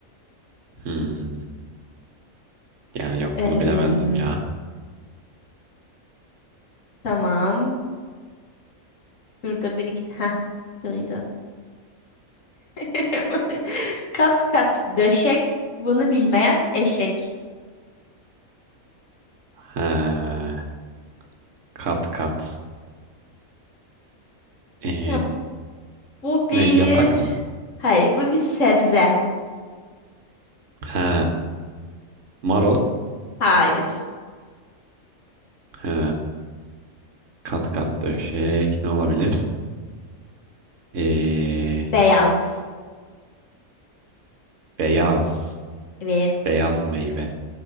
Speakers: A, on the right; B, on the left.
A: Hmm, yani yok
B: Em,
A: bunu bilemezdim ya.
B: tamam. Şurada bir iki... Heh, şuydu. <laughs> Kat kat döşek, bunu bilmeyen eşek.
A: Ha, kat kat. Ee,
B: Ya, bu bir...
A: ne yatak mı?
B: Hayır, bu bir sebze.
A: Ha, marul.
B: Hayır.
A: Ha, kat kat döşek ne olabilir? Ee,
B: Beyaz.
A: beyaz.
B: Evet.
A: Beyaz meyve.